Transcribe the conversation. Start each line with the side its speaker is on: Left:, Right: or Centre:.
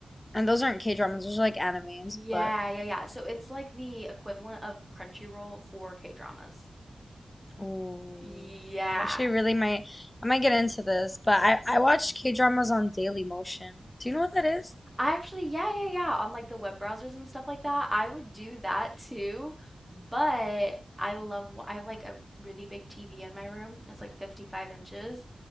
Left: And those aren't K dramas, those are like animes,
Centre: Yeah,
Left: but
Centre: yeah, yeah. So it's like the equivalent of Crunchyroll for K-dramas.
Left: ooh,
Centre: Yeah.
Left: I actually really might I might get into this, but I I watch K dramas on Daily Motion. Do you know what that is?
Centre: I actually, yeah, yeah, yeah. On like the web browsers and stuff like that, I would do that too. But I love, wa- I have like a really big TV in my room. It's like 55 inches.